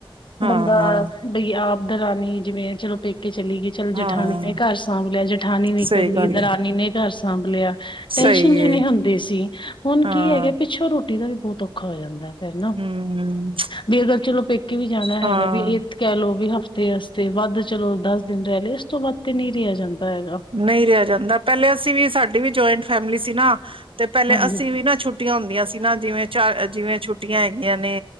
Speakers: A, on the right; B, on the left.
A: ਹਾਂ
B: ਬੰਦਾ
A: ਹਾਂ
B: ਬਈ ਆਪ ਧਰ ਰਾਾਨੀ ਜਿਵੇਂ ਚਲੋ ਪੇ ਕੇ ਚਲੀ ਗਈ ਚੱਲ ਜਠਾਣੀ
A: ਹਾਂ
B: ਨੇ ਘਰ ਸਾਂਭ ਲਿਆ ਜਠਾਨੀ ਨਿਕਲ
A: ਸਹੀ
B: ਗਈ
A: ਗੱਲ
B: ਦਰਾਨੀ
A: ਹੈ
B: ਨੇ ਘਰ ਸਾਂਭ ਲਿਆ ਟੈਸ਼ਨ
A: ਸਹੀ
B: ਜਿ
A: ਹੈ
B: ਨਹੀਂ ਹੁੰਦੇ ਸੀ ਹੁਣ
A: ਹਾਂ
B: ਕੀ ਹੈਗੇ ਪਿੱਛੋਂ ਰੁਟੀ ਰੁਟੀ ਦਾ ਵੀ ਬਹੁਤ ਔਖਾ ਹੋ ਜਾਂਦਾ ਹੈ ਹਨਾ
A: ਹਮ
B: ਵੀ ਅਗਰ ਚਲੋ ਪੇਕੇ ਵੀ ਜਾਣਾ ਹੈਗਾ
A: ਹਾਂ
B: ਵੀ ਇਹ ਕਹਿ ਲਓ ਵੀ ਹਫ਼ਤੇ ਹਸਤੇ ਵੱਧ ਚਲੋ ਦਸ ਦਿਨ ਰਹਿ ਲਏ ਇਸ ਤੋਂ ਵੱਧ ਤੇ ਨਹੀਂ ਰਿਹਾ ਜਾਂਦਾ। ਹੈਗਾ
A: ਨਹੀਂ ਰਿਹਾ ਜਾਂਦਾ, ਪਹਿਲੇ ਅਸੀਂ ਵੀ ਸਾਡੇ ਸਾਡੀ ਵੀ ਜੁਆਇੰਟ ਫੈਮਿਲੀ ਸੀ ਨਾ। ਤੇ ਪਹਿਲੇ
B: ਹਾਂਜੀ
A: ਅਸੀ ਵੀ ਨਾ ਛੁੱਟੀਆਂ ਹੁੰਦੀਆਂ ਸੀ ਨਾ ਜਿਵੇਂ ਚਾਰ ਜਿਵੇਂ ਛੁੱਟੀਆਂ ਹੈਗੀਆਂ ਨੇ